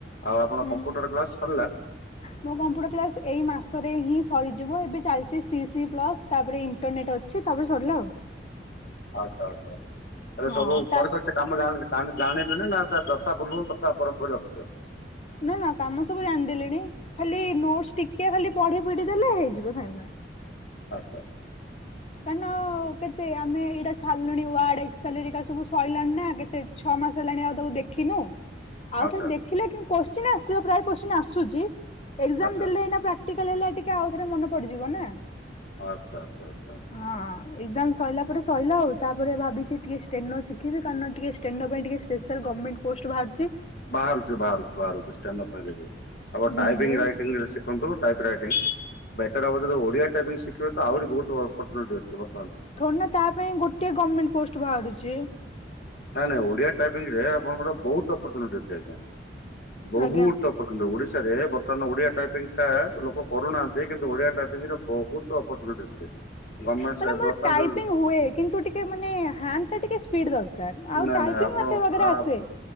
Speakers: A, on the left; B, on the left.
A: ଆଉ ଆପଣ
B: ହୁଁ।
A: କମ୍ପୁଟର କ୍ଲାସ ସରିଲା?
B: ମୋ କମ୍ପୁଟର କ୍ଲାସ୍ ଏଇ ମାସରେ ହିଁ ସରିଯିବ ଏବେ ଚାଲିଚି ସି ସି ପ୍ଲସ୍ ତାପରେ ଏଇ ଏଣ୍ଟରନେଟ ଅଛି ତାପରେ ସରିଲା ଆଉ?
A: ଆଚ୍ଛା ଆଛା ଆଚ୍ଛା ହେଲେ
B: ହଁ
A: ସବୁ
B: ତା
A: ପରେ ଚା କାମ ଜାଣ ଜାଣ ଜାଣିଲୁନା ନା ତା ଯଥା ଫୁଲୁ ତଥା ପରମପୁର ରଖୁଛ?
B: ନା ନା କାମ ସବୁ ଜାଣିଦେଲିଣି ଖାଲି ନୋଟସ ଟିକେ ଖାଲି ପଢି ପିଢି ଦେଲେ ହେଇଯିବ ସାଙ୍ଗେ ସାଙ୍ଗେ।
A: ଆଚ୍ଛା ଆଚ୍ଛା।
B: କାଇଁ ନ କେତେ ଆମେ ଏଇଟା ଛାଡିଲୁଣି ୱଡେ ଏକ୍ସ ସାଲେରୀ କା ସବୁ ସଇଲାଣି ନା କେତେ ଛଅ ମାସ ହେଲାଣି ଆଉ ତାକୁ ଦେଖିନୁ ଆଉ
A: ଆଚ୍ଛା
B: ଥରେ ଦେ ହେଲେ କ୍ୟୁ କ୍ୱାସଚୀନ ଆସିବ ପ୍ରୟ କ୍ୱାସଚୀନ ଆସୁଛି ଏକ୍ଜାମ
A: ଆଚ୍ଛା
B: ଦେଲେ ଏନା ପ୍ରା ଟିକାଲ ହେଲା ଟିକେ ଆଉ ଥରେ ମନ ପଡିଯିବ ନା?
A: ଆଚ୍ଛା ଆଚ୍ଛା ଆଚ୍ଛା ଆଚ୍ଛା।
B: ହଁ ଏକଜାମ ସରିଲା ପରେ ସରିଲା ଆଉ ତାପରେ ଭାବିଛି ଟିକେ ଷ୍ଟେନର୍ ଶିଖିବି କାରଣ ଟିକେ ଷ୍ଟେନର୍ ପାଇଁ ଟିକେ ସ୍ପେସାଲ୍ ଗମେଣ୍ଟ ପୋଷ୍ଟ ବାହାରୁଛି।
A: ବାହାରୁଛି ବାହରୁଛି ବାହାରୁଚି ଷ୍ଟେନର୍ ପାଇଁ ଆପଣ
B: ହୁଁ
A: ଟାଇପିଙ୍ଗ
B: ଯେ
A: ରାଇଡ ଇଙ୍ଗ ଶିଖନ୍ତୁ ଟାଇପ ରାଇଟିଙ୍ଗ ବେଟର ହବ ଯଦି ଓଡିଆ ଟାଇପିଙ୍ଗ ଶିିଖିବେ ତ ଆହୁରି ବହୁତ ଅପରଚୁନିଟି ଆସିବ।
B: ଥୋଡୀନା ତା ପାଇଁ ଗୋଟିଏ ଗମେଣ୍ଟ ପୋଷ୍ଟ ବାହାରୁଛି।
A: ନାଇଁ ନାଇଁ ଓଡିଆ ଟାଇପିଙ୍ଗ ରେ ଆପଣଙ୍କର ବହୁତ ଅପାରଚୁନିଟି ଅଛି ଆଜ୍ଞା ବହୁତ
B: ଆଜ୍ଞା।
A: ଅପ ଦେଖନ୍ତୁ ଓଡ଼ିଶାରେ ବର୍ତ୍ତମାନ ଓଡ଼ିଆ ଟାଇପିଙ୍ଗ ଟା ଲୋକ କରୁନାହାନ୍ତି କିନ୍ତୁ ଓଡ଼ିଆ ଟାଇପିଙ୍ଗରେ ବହୁତ ଅପର୍ଚ୍ୟୁନିଟି ଅଛି। <unintelligible>
B: ମାନେ
A: ସେ
B: ମୋର
A: ବର୍ତ୍ତମାନ
B: ଟାଇପିଙ୍ଗ
A: ଯୋଉ-
B: ହୁଏ କିନ୍ତୁ ଟିକେ ମାନେ ହ୍ୟାଣ୍ଡ ଟା ଟିକେ ସ୍ପିଡ ଦର ଟା ଆଉ
A: ନାଇଁ
B: ଟାଇପିଙ୍ଗ
A: ନାଇଁ ଆପଣ
B: ମତେ ବଗେରା
A: ଆ-
B: ଆସେ।